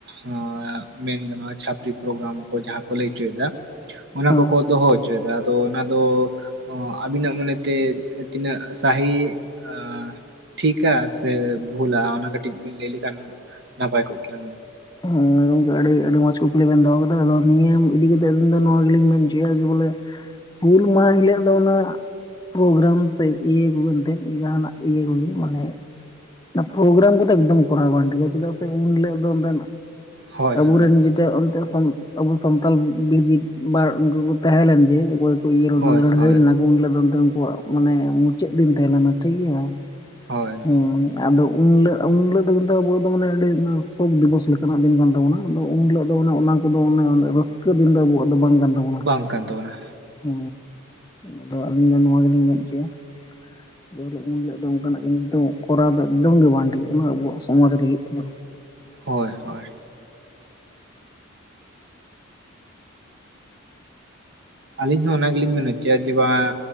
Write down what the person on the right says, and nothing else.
ᱳᱸᱻ ᱢᱮᱱ ᱜᱟᱱᱚᱜᱼᱟ ᱪᱷᱟᱯᱨᱤ ᱯᱨᱳᱜᱨᱟᱢ ᱠᱚ ᱡᱟᱦᱟᱸ ᱠᱚ ᱞᱟᱹᱭ ᱦᱚᱪᱚᱭᱮᱫᱟ ᱚᱱᱟ
ᱠᱚᱠᱚ ᱫᱚᱦᱚᱭ᱾ ᱪᱤᱭᱫᱟ ᱟᱫᱚ ᱚᱱᱟ ᱫᱚ ᱳ ᱟᱹᱵᱤᱱᱟᱜ ᱢᱟᱱᱮᱛᱮ ᱛᱤᱱᱟᱹᱜ ᱥᱟᱦᱤ ᱟᱻ᱾ ᱴᱷᱤᱠᱟ ᱥᱮ ᱵᱷᱩᱞᱟ ᱚᱱᱟ ᱠᱟᱹᱴᱤᱡ ᱵᱤᱱ ᱞᱟᱹᱭ ᱞᱮᱠᱷᱟᱱ ᱱᱟᱯᱟᱭ ᱠᱚᱜ ᱠᱮᱭᱟ᱾
ᱦᱳᱭ
ᱦᱳᱭ
ᱦᱳᱭ
ᱦᱳᱭ
ᱦᱳᱭ
ᱵᱟᱝ ᱠᱟᱱ ᱛᱟᱵᱚᱱᱟ
ᱦᱳᱭ ᱦᱳᱭ ᱟᱹᱞᱤᱧ ᱦᱚᱸ ᱚᱱᱟ ᱜᱮᱞᱤᱧ ᱢᱮᱱ <inaudible> ᱡᱮ ᱵᱟᱝ